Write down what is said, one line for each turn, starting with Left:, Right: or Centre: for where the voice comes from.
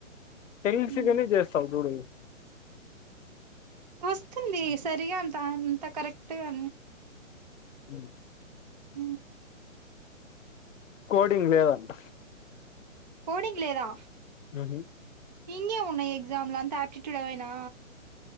Left: తెలిసి
Right: ఉమ్.
Left: గాని చేస్తావు చూడు
Right: వస్తుంది సరిగా అంత అంత కరెక్టుగా
Left: అ
Right: హ
Left: కోడింగ్ లేదంట
Right: కోడింగ్ లేదా
Left: అ <unintelligible>
Right: ఇంగే ఉన్నాయి్ ఎగ్జామ్ లో అంత ఆప్టిట్యూడ్ అవైనా